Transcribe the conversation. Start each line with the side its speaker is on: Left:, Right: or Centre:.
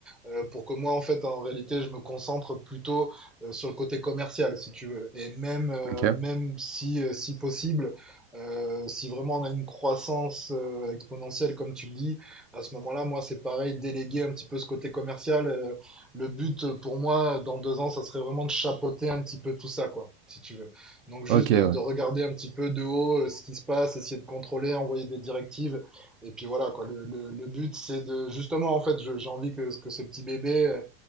Centre: euh, pour que moi, en fait, en réalité, je me concentre plutôt euh, sur le côté commercial, si tu veux. Et même, euh,
Right: Ok.
Centre: même si, euh, si possible, euh, si vraiment on a une croissance euh, exponentielle, comme tu le dis, à ce moment-là, moi, c'est pareil, déléguer un petit peu ce côté commercial. Euh, le but euh, pour moi, dans deux ans, ça serait vraiment de chapeauter un petit peu tout ça, quoi, si tu veux. Donc juste
Right: Ok,
Centre: de,
Right: ouais.
Centre: de regarder un petit peu de haut euh, ce qui se passe, essayer de contrôler, envoyer des directives. Et puis voilà, quoi. Le, le, le but, c'est de, justement, en fait, je- j'ai envie que, que ce petit bébé euh,